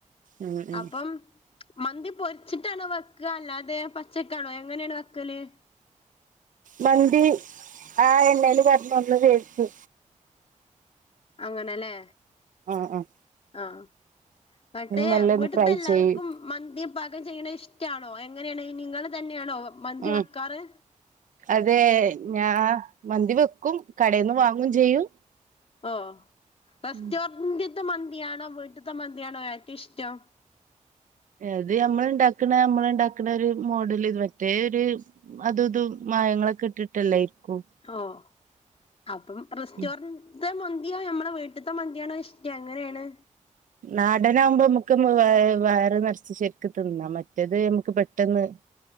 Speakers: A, on the right; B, on the left.
A: ഉം ഉം
B: അപ്പം മന്തി പൊരിച്ചിട്ടാണോ വെക്ക അല്ലാതെ പച്ചക്കാണോ എങ്ങനെയാണ് വെക്കല്
A: മന്തി ആ എണ്ണേല് കടന്നൊന്ന് വേവിച്ച്
B: അങ്ങനെല്ലേ
A: ആഹ് ആഹ്
B: ആഹ് ന്നട്ടേ
A: മെല്ലെ
B: വീട്ട്ത്തെ
A: ഒന്ന് ഫ്രൈ
B: എല്ലാവർക്കും
A: ചെയ്യും
B: മന്തി പാകം ചെയ്യണത് ഇഷ്ടാണോ എങ്ങനെയാണ് നിങ്ങൾ തന്നെയാണോ മന്തി
A: ഉം
B: വക്കാറ്
A: അതെ ഞാ മന്തി വെക്കും കടയിൽന്ന് വാങ്ങും ചെയ്യും
B: ഓഹ് റെസ്റ്റോറന്റിത്തെ
A: ഉം
B: മന്തിയാണോ വീട്ടത്തെ മന്തിയാണോ ഏറ്റവും ഇഷ്ടം
A: അത് നമ്മൾ ഇണ്ടാക്ണ നമ്മൾ ഇണ്ടാക്കണ ഒരു മോഡല് മറ്റേ ഒരു അതും ഇതും മായങ്ങളൊക്കെ ഇട്ടിട്ടല്ലേയ്ക്കും
B: ഓഹ് അപ്പം റെസ്റ്റോറന്റ്ത്തെ
A: ഉം
B: മന്തിയോ നമ്മളെ വീട്ട- വീട്ടിത്തെ മന്തിയാണോ ഇഷ്ട എങ്ങനെയാണ്
A: നാടനാകുമ്പോ നമക്ക് വ വയറ് നറച്ചു ശരിക്ക് തിന്നാ മറ്റേത് നമുക്ക് പെട്ടെന്ന്